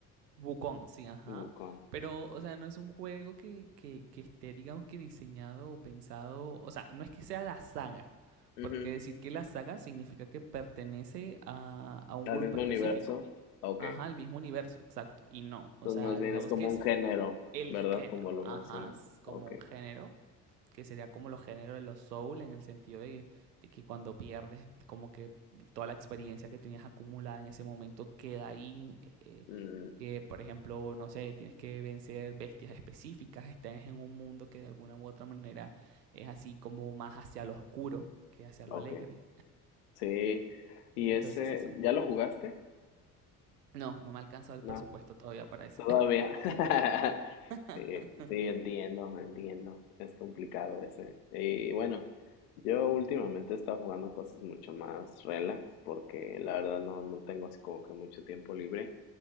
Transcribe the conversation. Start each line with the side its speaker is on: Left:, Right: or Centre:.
Right: Wukong, sí, ajá.
Left: Wukong.
Right: Pero, o sea, no es un juego que, que, que esté, digamos que diseñado o pensado, o sea, no es que sea la saga, porque
Left: Ujú,
Right: decir que la saga significa que pertenece a, a un
Left: Al
Right: grupo
Left: mismo
Right: específico,
Left: universo. Ok.
Right: ajá, al mismo universo, exacto, y no, o
Left: Entonces
Right: sea,
Left: más bien
Right: digamos
Left: es como
Right: que es
Left: un género,
Right: el
Left: ¿verdad?
Right: género,
Left: Como lo
Right: ajá,
Left: mencionaste.
Right: es como
Left: Ok.
Right: un género que sería como los géneros de los soul, en el sentido de, de que cuando pierdes, como que toda la experiencia que tenías acumulada en ese momento queda ahí. eh, eh,
Left: Mm,
Right: que, por ejemplo, no sé, tienes que vencer bestias específicas, estás en un mundo que de alguna u otra manera es así como más hacia lo oscuro que hacia
Left: ok.
Right: lo alegre.
Left: Sí. ¿Y
Right: Entonces
Left: ese,
Right: eso.
Left: ya lo jugaste?
Right: No, no me ha alcanzado el
Left: No.
Right: presupuesto todavía para eso
Left: Todavía. <laughs>
Right: <laughs>
Left: Sí, sí, entiendo, entiendo. Es complicado ese. Y bueno, yo últimamente he estado jugando cosas mucho más relax porque la verdad no, no tengo así como que mucho tiempo libre.